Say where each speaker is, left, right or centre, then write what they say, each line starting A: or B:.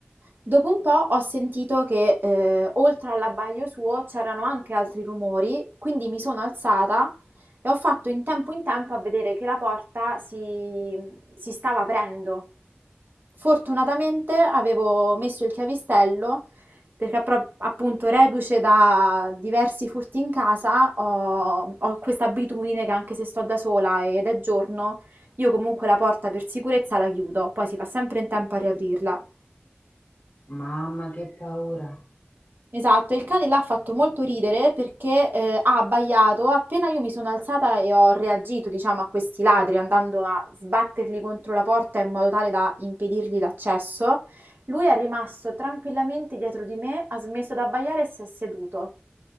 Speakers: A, on the right; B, on the left.
A: Dopo un po' ho sentito che eh, oltre all'abbaglio suo c'erano anche altri rumori, quindi mi sono alzata e ho fatto in tempo in tempo a vedere che la porta si, si stava aprendo. Fortunatamente avevo messo il chiavistello perché pro- appunto reduce da diversi furti in casa ho, ho questa abitudine che anche se sto da sola ed è giorno, io comunque la porta per sicurezza la chiudo, poi si fa sempre in tempo a riaprirla.
B: mamma che paura.
A: Esatto, e il cane là ha fatto molto ridere perché eh, ha abbaiato appena io mi sono alzata e ho reagito, diciamo, a questi ladri andando a sbatterli contro la porta in modo tale da impedirgli l'accesso. Lui è rimasto tranquillamente dietro di me, ha smesso di abbaiare e si è seduto.